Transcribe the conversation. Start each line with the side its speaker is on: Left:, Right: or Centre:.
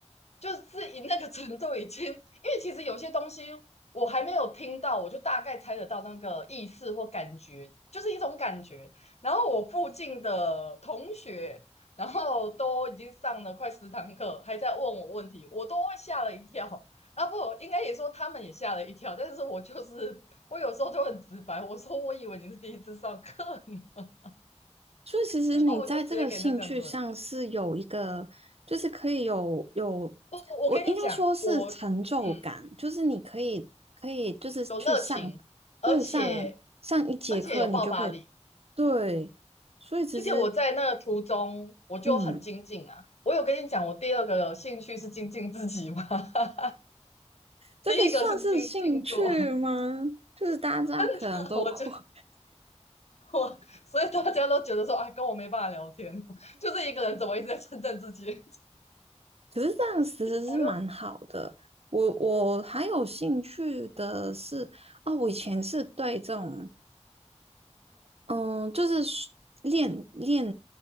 Left: 就是以那个程度已经，因为其实有些东西我还没有听到，我就大概猜得到那个意思或感觉，就是一种感觉。然后我附近的同学，然后都已经上了快十堂课，还在问我问题，我都会吓了一跳。啊不，应该也说他们也吓了一跳，但是我就是我有时候就很直白，我说我以为你是第一次上课 <laughs>
Right: 所以其实你在这个兴趣上是有一个，
Left: 然后我就直接给人家这样做。
Right: 就是可以有有，
Left: 不，我跟你讲，
Right: 我应该说是成就感，
Left: 我嗯
Right: 就是你可以可以就是去上，
Left: 有热情，
Right: 对，
Left: 而且
Right: 上上一节课你就可以，
Left: 而且有爆发力，
Right: 对，所以其实
Left: 而且我在那个途中我就很精进啊。
Right: 嗯，
Left: 我有跟你讲，我第二个兴趣是精进自己吗？<laughs>
Right: 这个算是兴趣吗？
Left: 第一个是精进做
Right: 就是大家可能都会，
Left: <laughs> 我就
Right: <laughs>
Left: 我，所以大家都觉得说，哎，跟我没办法聊天，<laughs> 就是一个人怎么一直在称赞自己，<laughs>
Right: 可是这样其实是蛮好的。
Left: 我又
Right: 我我还有兴趣的是，啊，我以前是对这种。嗯，就是练练，